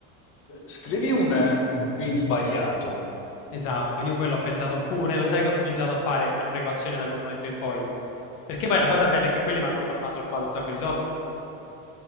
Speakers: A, on the left; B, on the left.
A: eh, scrivi un, un PIN sbagliato,
B: Esatto, io quello ho pensato pure, lo sai che ho cominciato a fare per precauzione da quel momento in poi. Perché poi la cosa bella è che quelli mi hanno mi hanno rubato un sacco di soldi.